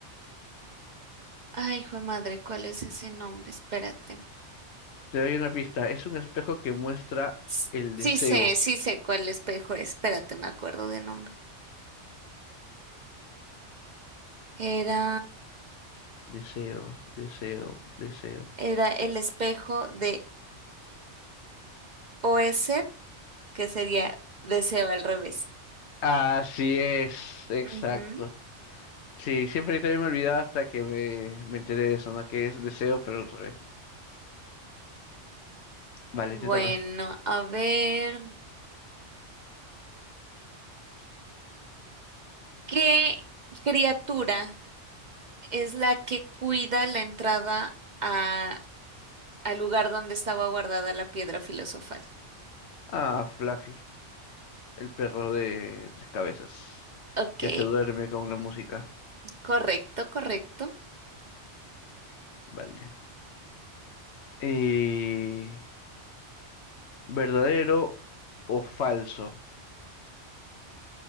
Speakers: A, on the right; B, on the left.
A: Ay, hijo de madre, ¿cuál es ese nombre? Espérate.
B: Te doy una pista. Es un espejo que muestra
A: S-
B: el
A: Sí
B: deseo.
A: sé, sí sé cuál espejo es. Espérate, me acuerdo de nombre. Era,
B: Deseo, deseo, deseo.
A: era el espejo de Oesed, que sería deseo al revés.
B: Así es, exacto.
A: Ujú.
B: Sí, siempre yo también me olvidaba hasta que me, me enteré de eso, ¿no? Que es deseo, pero al revés. Vale,
A: Bueno,
B: te toca.
A: a ver, ¿qué criatura es la que cuida la entrada a, al lugar donde estaba guardada la piedra filosofal?
B: Ah, Fluffy, el perro de tres cabezas,
A: Ok,
B: que se duerme con la música.
A: correcto, correcto.
B: Vale. Eh, ¿verdadero o falso?